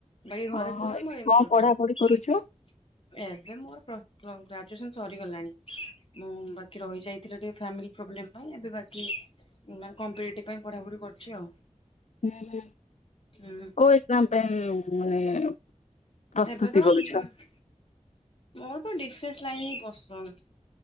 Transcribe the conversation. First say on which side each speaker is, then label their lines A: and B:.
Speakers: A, on the left (about 50°); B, on the left (about 70°).
A: ବାକି ଘରେ
B: ଓହୋ
A: ଥିଲାବେଳେ
B: ଏବେ
A: ମୋର ଏମିତି
B: କଣ
A: ରୁଟିନ।
B: ପଢାପଢି କରୁଛ
A: ଏବେ ମୋର ପ୍ଲସ ଟୁ, ଗ୍ରାଜୁଏସନ୍ ସରିଗଲାଣି। ମୁଁ ବାକି ରହିଯାଇଥିଲି ଟିକେ ଫ୍ୟାମିଲି ପ୍ରୋବ୍ଲେମ ପାଇଁ, ଏବେ ବାକି। ମାନେ କମ୍ପ୍ଲିଟ ପାଇଁ ପଢାପଢି କରୁଛି ଆଉ।
B: ହୁଁ ହୁଁ
A: ହୁଁ
B: କୋଉ ଏକ୍ସାମ ପାଇଁ ଉଁ ମାନେ ପ୍ରସ୍ତୁତି
A: ଏବେ ତ
B: କରୁଛ?
A: ମୋର ତ ଡିଫେନ୍ସ ଲାଇନି ହିଁ ପସନ୍ଦ।